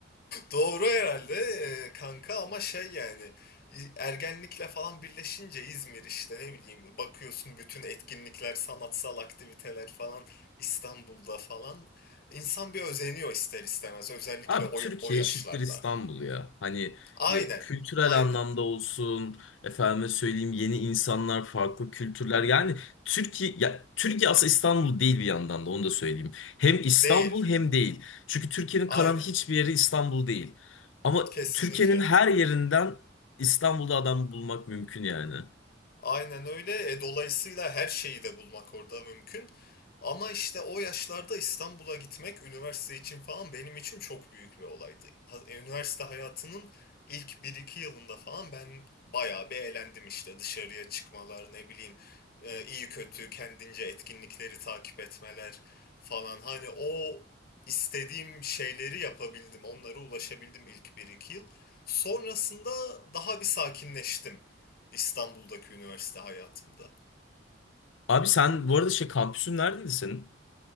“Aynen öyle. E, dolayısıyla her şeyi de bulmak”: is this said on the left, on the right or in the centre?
Left